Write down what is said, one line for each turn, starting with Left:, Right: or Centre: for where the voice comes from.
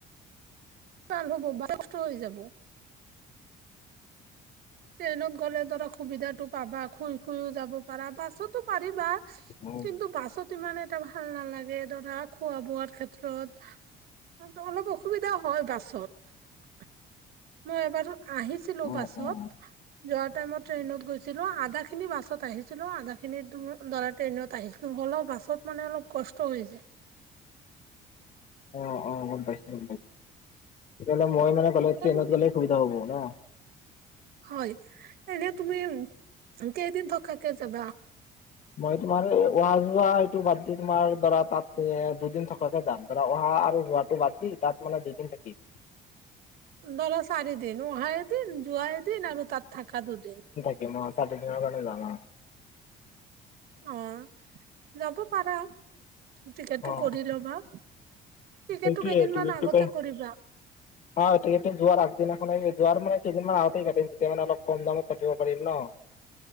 Right: ভাল হ'ব বা কষ্ট হৈ যাব। ট্ৰেইনত গ'লে ধৰা সুবিধাটো পাবা। শুই শুইও যাব পাৰা বাছতো পাৰিবা
Left: উম,
Right: কিন্তু বাছত টো ইমানে এটা ভাল নালাগে ধৰা, খোৱা বোৱাৰ ক্ষেত্ৰত অলপ অসুবিধাও হয় বাছত। মই এবাৰো আহিছিলো
Left: উম,
Right: বাছত।
Left: উম।
Right: যোৱা টাইমত ট্ৰেইনত গৈছিলো। আধা খিনি বাছত আহিছিলো, আধা খিনি ধৰা ট্ৰেইনত আহি অলপ বাছত মানে অলপ কষ্ট হৈ যায়।
Left: অ অ, গম পাইছো গম পাইছো। তেতিয়া হলে মই মানে
Right: এনে
Left: ট্ৰেইনত
Right: তুমি
Left: গলে সুবিধা হব ন।
Right: হয়। এনেই তুমি কেইদিন থকাকে যাবা?
Left: মই তোমাৰ এই অহা যোৱা এইটো বাদ দি তোমাৰ ধৰা তাতে দুদিন থকাকে যাম ধৰা। অহা আৰু যোৱাত বাদ দি, তাত মানে দুইদিন থাকি
Right: ধৰা চাৰিদিন। উহা এদিন যোৱা এদিন আৰু তাত থাকা দুদিন।
Left: চাৰি দিনৰ কাৰণে যাম অ।
Right: অ যাব পাৰা। টিকেটটো
Left: অ'।
Right: কৰি লবা। টিকেটটো
Left: সেইটোৱে
Right: কেইদিনমান
Left: টিকটটোকে।
Right: আগতে কৰিবা
Left: অ টিকেটটো যোৱাৰ আগদিনাখনে যোৱাৰ মানে কেইদিনমান আগতে কাটিম। তেতিয়া মানে অলপ কম দামত কাটিব পাৰিম ন।